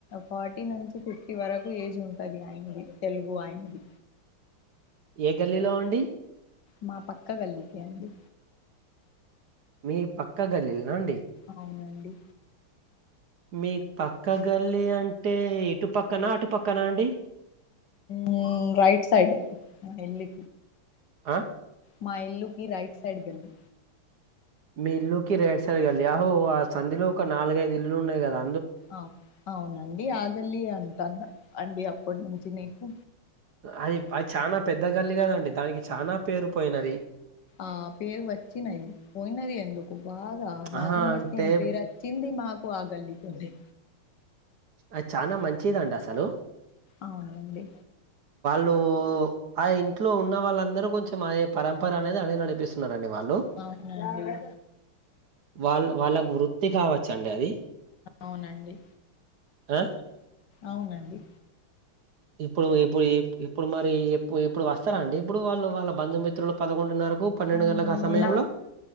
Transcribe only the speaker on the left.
ఫార్టీ నుంచి ఫిఫ్టీ వరకు ఏజ్ ఉంటది ఆయనది తెలుగు ఆయనది
మా పక్క గల్లికె అండి
అవునండి
ఉ రైట్ సైడ్ ఎలి
మా ఇల్లుకి రైట్ సైడ్ గల్లి
ఆ అవునండి ఆ గల్లి యే అంటాన్న అండి అప్పుడు నుంచి నీకు
ఆ పేరు వచ్చినయి పోయినది ఎందుకు బాగా నౌకం
బస్తీ
అని పేరు అచ్చింది మా కు ఆగల్లి తోనే
అవునండి
అవునండి
అవునండి
అవునండి
మ్మ్,
మొన్న